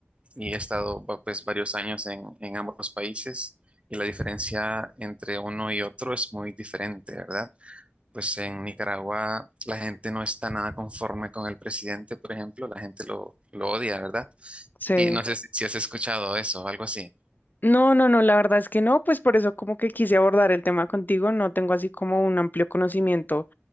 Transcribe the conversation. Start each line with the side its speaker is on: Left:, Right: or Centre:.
Right: y he estado va- pues varios años en, en ambos países y la diferencia entre uno y otro es muy diferente, ¿verdad? Pues en Nicaragua la gente no está nada conforme con el presidente, por ejemplo, la gente lo, lo odia, ¿verdad?
Left: sí.
Right: Y no sé si, si has escuchado eso, algo así.
Left: No, no, no, la verdad es que no, pues por eso como que quise abordar el tema contigo, no tengo así como un amplio conocimiento